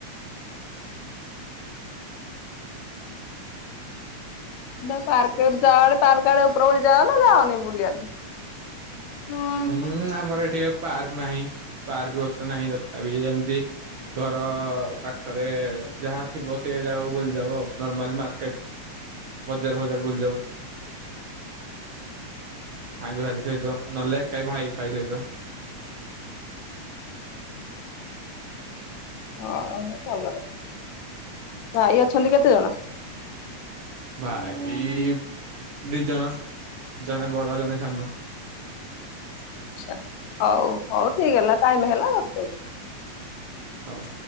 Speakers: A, on the left; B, on the right.
A: ଦ ପାର୍କ ଯାଆଡେ ପାର୍କ ଆଡେ ଉପର ବଳି ଯାଅ ନା ଯାଅନି ବୁଲିଆକୁ। ହଁ।
B: ହୁଁ ଆମର ଏଠି ପାର୍କ ନାହିଁ ପାର୍କ ବ୍ୟବସ୍ଥା ନାହିଁ ତଥାପି ଯେମିତି ଘର ପାଖରେ ଯାହା ଥିବ ସେ ଜାଗାକୁ ବୁଲି ଦବ ଆଉ ନର୍ମାଲି ମାର୍କେଟ। ବଜାର ଭଜାର ବୁଲିଯାଉ। ସାଙ୍ଗସାଥି ସହିତ ନହେଲେ କେହି ଭାଇ ଫାଇ ସହିତ।
A: ହଁ ଭଲ ଭାଇ ଅଛନ୍ତି କେତେ ଜଣ?
B: ଭାଇ ଦି ଜଣ ଜଣେ ବଡ ଜଣେ ସାନ।
A: ଆଛା ହଉ ହଉ ଠିକ ହେଲା ଟାଇମ ହେଲା ହଉ।
B: ହଉ।